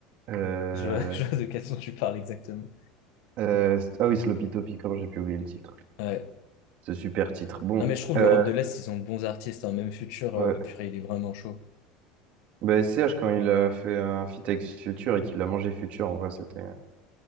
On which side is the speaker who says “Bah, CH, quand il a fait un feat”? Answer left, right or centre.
Right